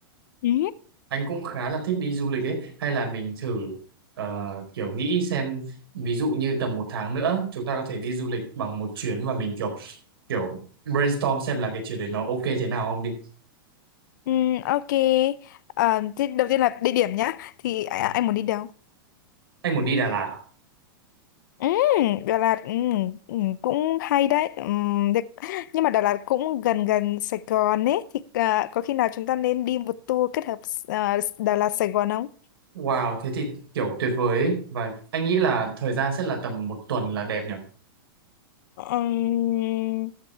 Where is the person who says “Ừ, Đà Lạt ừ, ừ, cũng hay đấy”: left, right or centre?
Left